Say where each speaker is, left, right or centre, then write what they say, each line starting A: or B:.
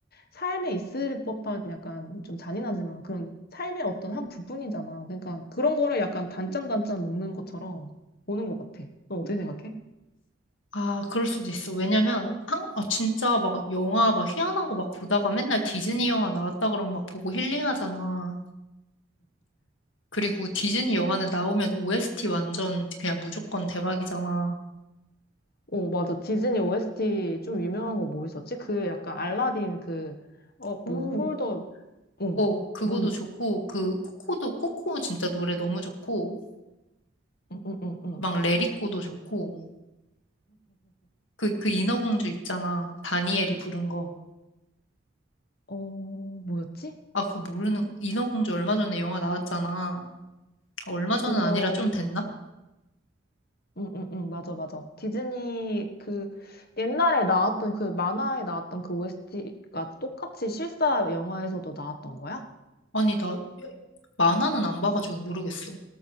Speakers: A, on the left; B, on the left.
A: 삶에 있을 법한 약간 좀 잔인하지만 그런 삶의 어떤 한 부분이잖아. 그러니까 그런 거를 약간 단짠단짠 먹는 것처럼 보는 것 같아. 너 어떻게 생각해?
B: 아, 그럴 수도 있어. 왜냐면, 한, 아, 진짜 막 영화 막 희한한 거 막 보다가 맨날 디즈니 영화 나왔다 그러면 막 보고 힐링하잖아. 그리고 디즈니 영화는 나오면 OST 완전 그냥 무조건 대박이잖아.
A: 오, 맞아. 디즈니 OST 좀 유명한 거 뭐 있었지? 그 약간 알라딘 그, 어,
B: 오.
A: 뭐, 홀더, 어,
B: 어, 그거도
A: 뭔,
B: 좋고, 그, 코코도, 코코 진짜 노래 너무 좋고,
A: 응, 응, 응, 응.
B: 막 레리코도 좋고, 그, 그 인어공주 있잖아. 다니엘이 부른 거.
A: 어, 뭐였지?
B: 아, 그거 모르는, 인어공주 얼마 전에 영화 나왔잖아. 얼마 전은
A: 그거,
B: 아니라 좀 됐나?
A: 응, 응, 응, 맞아, 맞아. 디즈니 그 옛날에 나왔던 그 만화에 나왔던 그 OST가 똑같이 실사 영화에서도 나왔던 거야?
B: 아니, 나, 만화는 안 봐가지고 모르겠어.